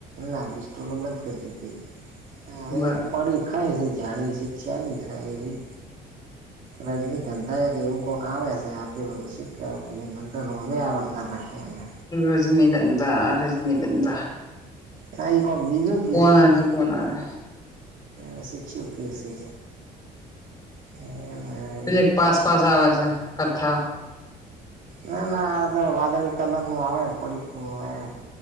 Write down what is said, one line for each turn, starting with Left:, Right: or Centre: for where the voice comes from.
Right: ના બીસ્ટોલો બંધ કરી દીધી હવે
Left: બરાબર
Right: એકપડી કઈસે જાણીસી ચ સાની એવી. રજનીકંધા કે એવું કોક આવે સે આપેલું શું કેવાય મનતો નહીં આવડતા નહીં <unintelligible>
Left: રજનીગંધા રજનીગંધા.
Right: આ ઈ કોક બીજું
Left: કોના હજી બોલાવે.
Right: એ શિકષઓ કેસે એ
Left: પેલે પાસ પાસ આવે છે કથ્થા.
Right: ના ના આ તો વાદળી કલર નું આવે. પડીકો એમ